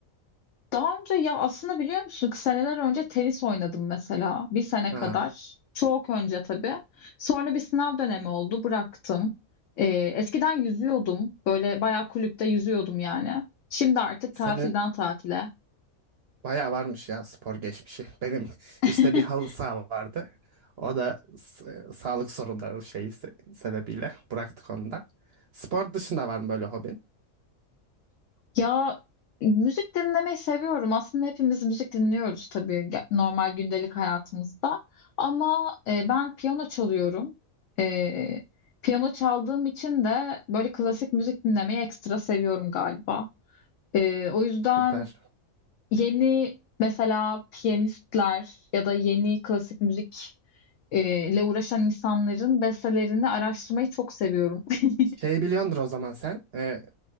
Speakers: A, on the left; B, on the right.
A: Daha önce ya aslında biliyor musun ki seneler önce tenis oynadım mesela bir sene
B: Aa,
A: kadar. Çok önce tabii. Sonra bir sınav dönemi oldu bıraktım. Ee, eskiden yüzüyordum böyle bayağı kulüpte yüzüyordum yani. Şimdi artık
B: senin
A: tatilden tatile.
B: bayağı varmış ya spor geçmişi. Benim <laughs>
A: <laughs>
B: işte bir halı saha vardı. O da s- e, sağlık sorunları şeyi se- sebebiyle bıraktık onu da. Spor dışında var mı böyle hobin?
A: Ya müzik dinlemeyi seviyorum. Aslında hepimiz müzik dinliyoruz tabii ge- normal gündelik hayatımızda. Ama e, ben piyano çalıyorum. E, piyano çaldığım için de böyle klasik müzik dinlemeyi ekstra seviyorum galiba. E, o yüzden
B: Süper.
A: yeni mesela piyanistler ya da yeni klasik müzik e, ile uğraşan insanların bestelerini araştırmayı çok seviyorum. <laughs>
B: Şey biliyordur o zaman sen. e,